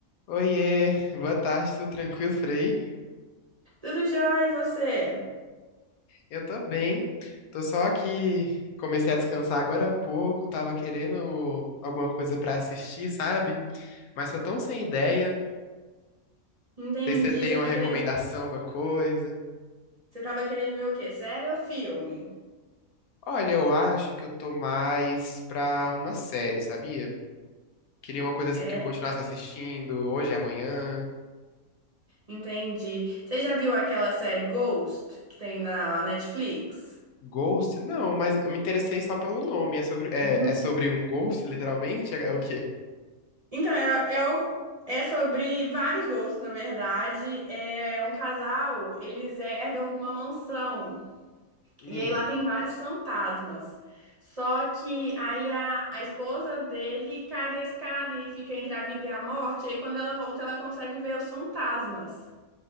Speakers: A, on the left; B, on the right.
A: Oiê, boa tarde, tudo tranquilo, Frei?
B: Tudo jóia, e você?
A: Eu tô bem, tô só que comecei a descansar agora há pouco, tava querendo alguma coisa pra assistir, sabe? Mas tô tão sem ideia.
B: Entendi.
A: Não sei se você tem
B: Você
A: uma
B: tá
A: recomendação,
B: querendo,
A: alguma coisa.
B: você tava querendo ver o quê? Série ou filme?
A: Olha, eu acho que eu tô mais pra uma série, sabia? Queria uma coisa assim
B: É,
A: que eu continuasse assistindo hoje e amanhã.
B: entendi. Você já viu aquela série Ghost que tem na Netflix?
A: Ghost? Não, mas eu me interessei só pelo nome. É sobre, é,
B: <laughs>
A: é sobre um ghost, literalmente? É, é o quê?
B: Então, é, é, o- é sobre vários gostos, na verdade. É um casal, eles herdam uma mansão.
A: Hum,
B: E aí lá tem vários fantasmas. Só que aí a, a esposa dele cai da escada e fica entre a vida e a morte. E aí quando ela volta, ela consegue ver os fantasmas.